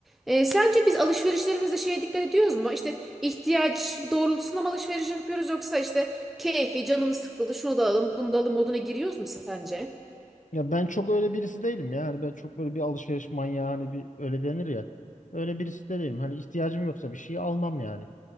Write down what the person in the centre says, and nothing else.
E, sence biz alışverişlerimizde şeye dikkat ediyoruz mu? İşte ihtiyaç doğrultusunda mı alışveriş yapıyoruz yoksa işte keyfi canımız sıkıldı şunu da alalım bunu da alalım moduna giriyoruz mu sence?